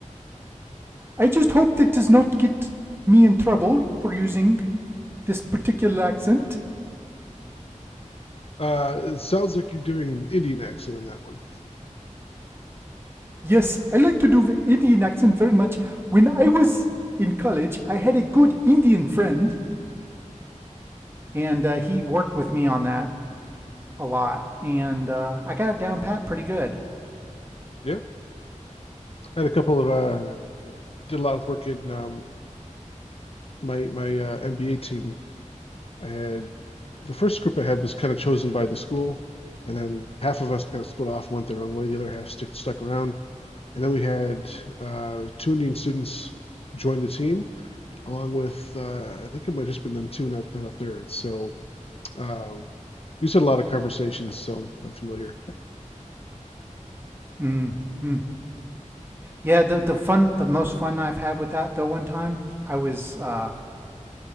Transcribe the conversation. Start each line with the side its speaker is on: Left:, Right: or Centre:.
Right: I just hope that does not get me in trouble for using this particular accent.
Left: Uh, it sounds like you're doing an Indian accent on that one.
Right: Yes, I like to do the Indian accent very much. When I was in college, I had a good Indian friend, and uh, he worked with me on that a lot, and uh, I got it down pat pretty good.
Left: Yeah, I had a couple of uh, did a lot of work in um, my my uh, MBA team. I had the first group I had was kind of chosen by the school, and then half of us kind of split off, went their own way. The other half stuck stuck around, and then we had uh, two Indian students join the team, along with uh, I think it might have just been them two, not not a third. So um, we just had a lot of conversations, so I'm, I'm familiar.
Right: Mm, mm. Yeah, the the fun, the most fun I've had with that though. One time, I was uh,